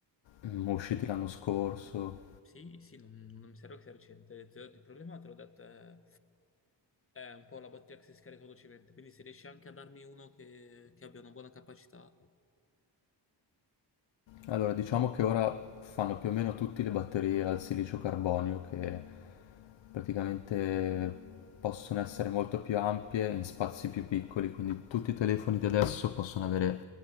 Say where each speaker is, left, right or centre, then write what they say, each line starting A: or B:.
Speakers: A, on the left; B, on the left.
A: mm, usciti l'anno scorso?
B: Sì, sì, non, non mi serve che sia recente. Te l'ho- detto, Il problema te l'ho detto è, è un po' la batteria che si scarica velocemente. Quindi se riesci anche a darmi uno che, che abbia una buona capacità.
A: Allora, diciamo che ora fanno più o meno tutte le batterie al silicio carbonio che praticamente possono essere molto più ampie in spazi più piccoli, quindi tutti i telefoni di adesso possono avere